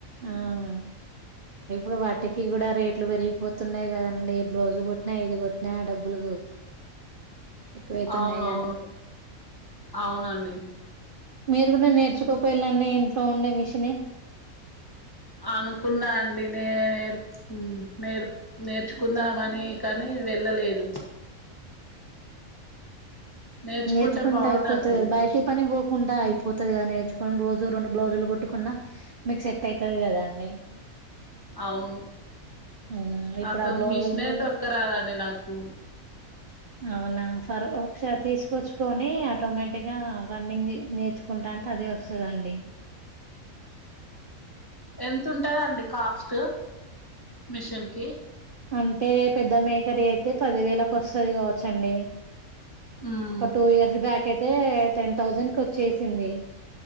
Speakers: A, on the right; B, on the left.
A: అవును ఇప్పుడు వాటికి కూడా రేట్లు పెరిగిపోతున్నాయి కదండీ ఏ బ్లౌజ్ కొట్టినా ఏది కొట్టినా ఆ డబ్బులు ఎక్కువైతున్నాయి
B: అవునవును
A: కదా
B: అవునండి
A: మీరు కూడా నేర్చుకోపోయళండి ఇంట్లో ఉండే మిషని
B: అనుకున్నా అండి నే నేర్ నేర్ నేర్చుకుందామని కానీ వెళ్ళలేదు నేర్చుకుంటే
A: నేర్చుకుంటా
B: బాగుండు
A: అయిపోతుంది
B: అసలు
A: బయట పని పోకుండా అయిపో పోతుంది కదా నేర్చుకొని రోజు రెండు బ్లౌజులు కొట్టుకున్నా మీకు సెట్ అవుతది కదా అండి
B: అవును
A: ఉమ్ ఇప్పుడు
B: అసలు
A: ఆ బ్లౌజులు
B: మిషినైయి
A: కూడా
B: తొక్క రాదండి నాకు
A: అవునా ఫర్ ఒకసారి తీసుకొచ్చుకని ఆటోమేటిక్గా రన్నింగ్ నేర్చుకో కుంటా అంటే అదే వస్తుందండి
B: ఎంత ఉంటుందండి కాస్ట్ మిషన్కి
A: అంటే పెద్ద మేకరీ అయితే పది వేలకు వస్తది కావచ్చండి
B: ఉమ్
A: ఒక టూ ఇయర్స్ బ్యాక్ అయితే టెన్ థౌజండ్ కి వచ్చేసింది